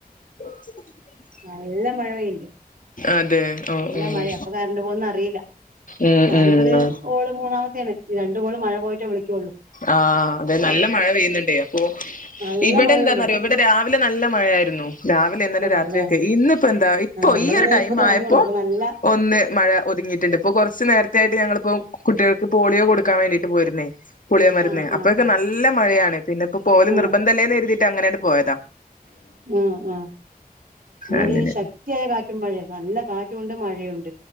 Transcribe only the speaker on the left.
<unintelligible>
അതെ ഓഹ്
ഓഹ്
ഉം
ഉം
ആഹ അതെ നല്ല മഴ പെയ്യുന്നുണ്ടേ അപ്പോൊ
ഇവിടെ
എന്താന്നറിയോ
ഇവിടെ രാവിലെ നല്ല മഴ രാവിലെ ഇന്നലെ
രാത്രിയൊക്കെ ഇന്നിപ്പോ എന്താ ഇപ്പൊ
ഈ ഒരു
ടൈം
ആയപ്പോ-
ഒന്ന് മഴ ഒതുങ്ങിയിട്ടുണ്ട് ഇപ്പൊ കുറച്ചു നേരത്ത ആയിട്ട് ഞങ്ങളിപ്പോ- കുട്ടികൾക്ക് പോളിയോ കൊടുക്കാൻ വേണ്ടിട്ട് പോയിരുന്നേ പൊളിയാ മരുന്ന്
അപ്പൊക്കെ
നല്ല മഴയാണ് പിന്നെ ഇപ്പോ പോല
നിർബന്ധമല്ലേ എരുതിയിട്ട് അങ്ങനെയാണ് പോയതാ
അങ്ങനെ